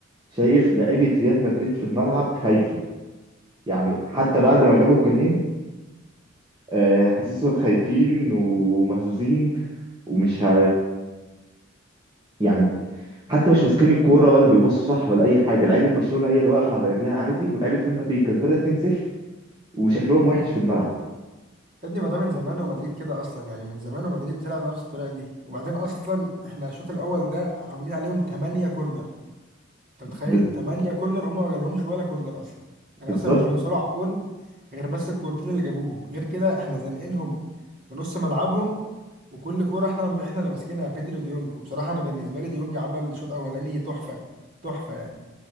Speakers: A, on the right; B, on the right.
A: شايف لعيبه ريال مدريد في الملعب خايفه يعني حتى بعد ما جابوا الجونين آه، حاسسهم خايفين ومهزوزين ومش ه... يعني حتى مش ماسكين الكوره ولا بيبصوا صح ولا اي حاجه لعيبه برشلونه هي اللي واقفه على رجلها عادي ولعيبه ريال مدريد كسبانه 2-0 وشكلهم وحش في الملعب
B: يا ابني ما ده من زمان ومدريد كده اصلا يعني من زمان ومدريد بتلعب نفس الطريقه دي وبعدين اصلا احنا الشوط الاول ده عاملين عليهم 8 كورنر انت متخيل
A: بز-
B: 8 كورنر هم ما جالهمش ولا كورنر اصلا يعني
A: بالظبط
B: اصلا مش بيوصلوا على الجون غير بس الكورتين اللي جابوهم غير كده احنا زنقينهم في نص ملعبهم وكل كوره احنا احنا اللي ماسكينها بيدري وديونج وبصراحه انا بالنسبه لي ديونج عمل شوط اولاني تحفه تحفه يعني